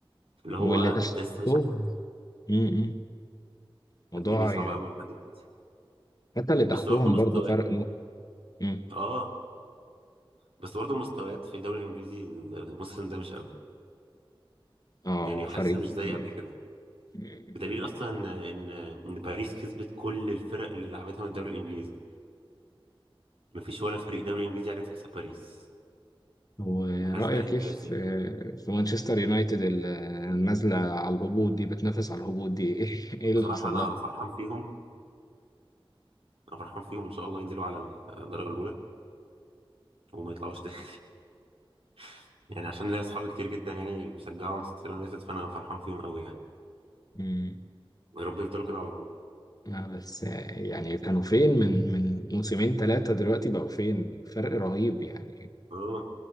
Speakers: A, on the right (about 75°); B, on the left (about 40°).
A: اللي هو
B: واللي تحتهم
A: انت لسه مش عارف.
B: م- م. موضوع
A: الدنيا صعبة
B: يعني
A: قوي لحد دلوقتي
B: حتى اللي تحتهم
A: بس برضه مستويات
B: برضه فرق نقطة م.
A: اه بس برضه مستويات في الدوري الانجليزي الموسم ده مش قوي
B: آه
A: يعني حاسسها
B: فرق
A: مش زي
B: كبير
A: قبل كده
B: م.
A: بدليل اصلا ان ان إن باريس كسبت كل الفرق اللي لعبتها من الدوري الانجليزي مفيش ولا فريق دوري انجليزي عرف يكسب باريس
B: ورأيك
A: فحاسس ده انجاز
B: ايه في
A: يعني
B: في مانشستر يونايتد النازلة على الهبوط دي بتنافس على الهبوط دي <laughs> ايه ايه اللي
A: بصراحه
B: حصل
A: انا
B: لها؟
A: فرحان فيهم انا فرحان فيهم ان شاء الله ينزلوا على الدرجه الاولى وما يطلعوش تاني <laughs> يعني عشان ليا اصحابي كتير جدا يعني بيشجعوا مانشستر يونايتد فانا فرحان فيهم قوي يعني
B: مم.
A: ويا رب يفضلوا كده على طول
B: لا بس آه، يعني كانوا فين من من موسمين ثلاثة دلوقتي بقوا فين فرق رهيب يعني
A: اه